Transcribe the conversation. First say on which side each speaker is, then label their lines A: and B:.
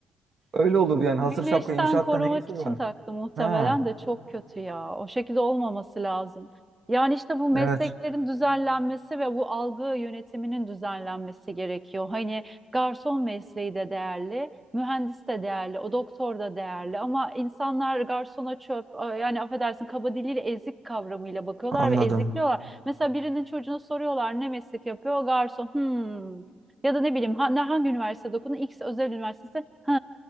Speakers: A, on the right; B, on the right.
A: <laughs> Öyle olur yani.
B: Güneşten
A: Hasır şapka inşaatta
B: korumak
A: ne işi
B: için
A: var?
B: taktı muhtemelen
A: Ha.
B: de çok kötü ya. O şekilde olmaması lazım. Yani işte bu mesleklerin
A: Evet.
B: düzenlenmesi ve bu algı yönetiminin düzenlenmesi gerekiyor. Hani garson mesleği de değerli, mühendis de değerli, o doktor da değerli ama insanlar garsona çöp, yani affedersin kaba diliyle ezik kavramıyla bakıyorlar
A: Anladım.
B: ve ezikliyorlar. Mesela birinin çocuğuna soruyorlar ne meslek yapıyor? Garson. Hmm. Ya da ne bileyim ha- ne- hangi üniversitede okudun? X özel üniversitesi. Hı.